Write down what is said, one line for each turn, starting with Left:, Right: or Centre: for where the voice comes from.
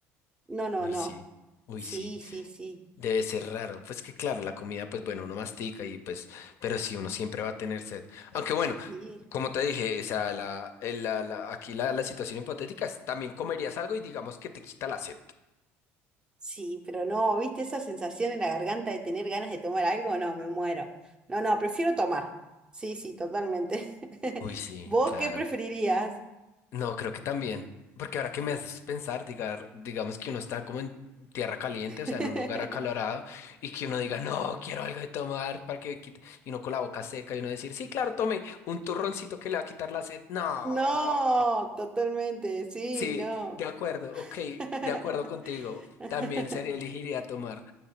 Right: No, no,
Left: Uy,
Right: no.
Left: sí. Uy,
Right: Sí,
Left: sí.
Right: sí, sí.
Left: Debe ser raro. Pues que claro, la comida, pues bueno, uno mastica y pues, pero sí, uno siempre va a tener sed. Aunque bueno,
Right: Sí,
Left: como te dije, o sea, la, el- la- la- aquí la, la situación hipotética es, también comerías algo y digamos que te quita la sed.
Right: sí, pero no, ¿viste esa sensación en la garganta de tener ganas de tomar algo? No, me muero. No, no, prefiero tomar. Sí, sí, totalmente. <laughs>
Left: Uy, sí,
Right: ¿Vos
Left: claro.
Right: qué preferirías?
Left: No, creo que también. Porque ahora que me haces pensar, diga- digamos que uno está como en tierra caliente,
Right: <laughs>
Left: o sea, en un lugar acalorado, y que uno diga, no, quiero algo de tomar para que me quite. Y uno con la boca seca y uno decir, sí, claro, tome un turroncito que le va a quitar la sed. No.
Right: No, totalmente, sí,
Left: Sí,
Right: no.
Left: de acuerdo, ok,
Right: <laughs>
Left: de acuerdo contigo.
Right: <laughs>
Left: También sería elegiría tomar.